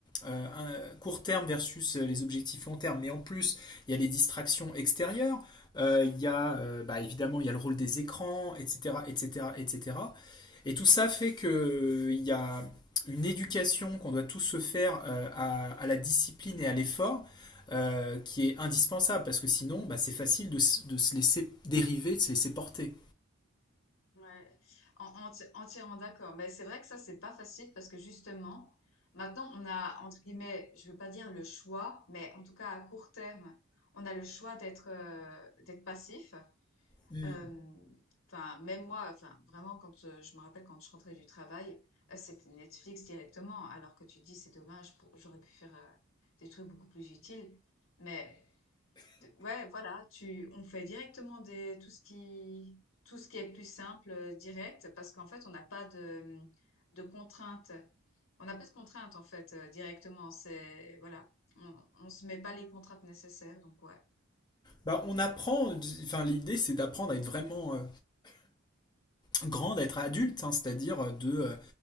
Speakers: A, on the left; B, on the left.
A: euh, un- court terme versus euh, les objectifs long terme, mais en plus il y a les distractions extérieures, euh, il y a euh, bah, évidemment il y a le rôle des écrans, etc., etc., etc. Et cetera. Et tout ça fait que il y a une éducation qu'on doit tous se faire euh, à, à la discipline et à l'effort euh, qui est indispensable parce que sinon bah, c'est facile de, s- de se laisser dériver, de se laisser porter.
B: Ouais, en- enti- entièrement d'accord. Mais c'est vrai que ça, c'est pas facile parce que justement, maintenant, on a, entre guillemets, je veux pas dire le choix, mais en tout cas à court terme, on a le choix d'être euh, d'être passif.
A: Hmm.
B: Euh, Enfin, même moi, enfin, vraiment, quand euh, je me rappelle quand je rentrais du travail, euh, c'était Netflix directement, alors que tu te dis, c'est dommage, pour- j'aurais pu faire euh, des trucs beaucoup plus utiles. Mais Ouais, voilà, tu, on fait directement des, tout ce qui, tout ce qui est plus simple, euh, direct, parce qu'en fait, on n'a pas de, de contraintes. On n'a pas de contraintes, en fait, euh, directement. C'est, voilà, on, on se met pas les contraintes nécessaires, donc ouais.
A: Bah, on apprend, enfin l'idée c'est d'apprendre à être vraiment euh, grand, à être adulte, hein, c'est-à-dire euh, de euh,